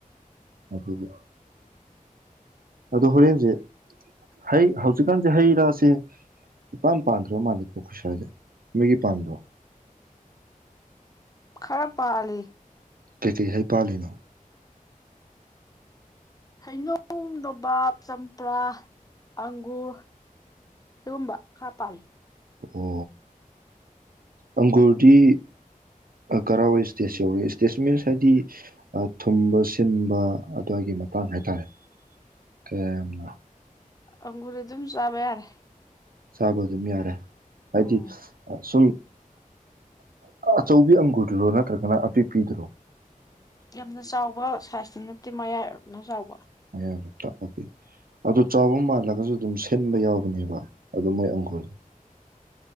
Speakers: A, on the right; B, on the left.
A: ꯑꯗꯨꯗꯤ ꯑꯗꯣ ꯍꯣꯔꯦꯟꯁꯦ ꯍꯩ ꯍꯧꯖꯤꯛꯀꯥꯟꯁꯦ ꯍꯩ ꯔꯥꯁꯦ ꯏꯄꯥꯟ ꯄꯥꯟꯗ꯭ꯔꯣ ꯃꯥꯜꯂꯦꯀꯣ ꯑꯩꯈꯠꯁ꯭ꯋꯥꯏꯁꯦ ꯃꯤꯒꯤ ꯄꯥꯟꯗ꯭ꯔꯣ
B: ꯈꯔ ꯄꯥꯜꯂꯤꯂꯤ
A: ꯀꯩꯀꯩ ꯍꯥꯏꯩ ꯄꯥꯜꯂꯤꯅꯣ
B: ꯍꯩꯅꯧ ꯅꯣꯕꯥꯞ ꯆꯝꯄ꯭ꯔꯥ ꯑꯪꯒꯨꯔ ꯁꯤꯒꯨꯝꯕ ꯈꯔ ꯄꯥꯜꯂꯤ
A: ꯑꯣ ꯑꯪꯒꯨꯔꯗꯤ ꯀꯔꯋꯥꯏ ꯏꯁꯇꯦꯖ ꯌꯧꯏ ꯏꯁꯇꯦꯖ ꯃꯤꯟꯁ ꯍꯥꯏꯗꯤ ꯊꯨꯝꯕ ꯁꯤꯟꯕ ꯑꯗꯨꯋꯥꯏꯒꯤ ꯃꯇꯥꯡ ꯍꯥꯏꯇꯥꯔꯦ ꯀꯌꯥꯝꯅ
B: ꯑꯪꯒꯨꯔ ꯑꯗꯨꯝ ꯆꯥꯕ ꯌꯥꯔꯦ
A: ꯆꯥꯕ ꯑꯗꯨꯝ ꯌꯥꯔꯦ ꯍꯥꯏꯗꯤ
B: ꯎꯝ
A: ꯁꯨꯝ ꯑꯆꯧꯕꯤ ꯑꯪꯒꯨꯗꯨꯔꯣ ꯅꯠꯇ꯭ꯔꯒꯅ ꯑꯄꯤꯛꯄꯤꯤꯗ꯭ꯔꯣ
B: ꯌꯥꯝꯅ ꯆꯥꯎꯕ ꯁꯥꯏꯖꯇꯨ ꯅꯠꯇꯦ ꯃꯌꯥꯏ ꯑꯗꯨ ꯆꯥꯎꯕ
A: ꯃꯌꯥꯛꯇ ꯑꯣꯀꯦ ꯑꯗꯨ ꯆꯥꯎꯕ ꯃꯥꯜꯂꯒꯁꯨ ꯑꯗꯨꯝ ꯁꯤꯟꯕ ꯌꯥꯎꯕꯅꯦꯕ ꯑꯗꯨ ꯃꯣꯏ ꯑꯪꯈꯨꯔꯁꯦ